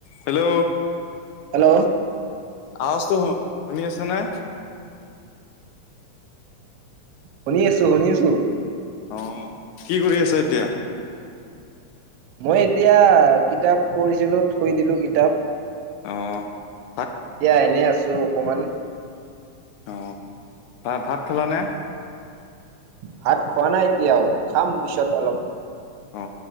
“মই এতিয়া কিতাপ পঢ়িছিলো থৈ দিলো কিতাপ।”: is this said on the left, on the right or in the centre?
Right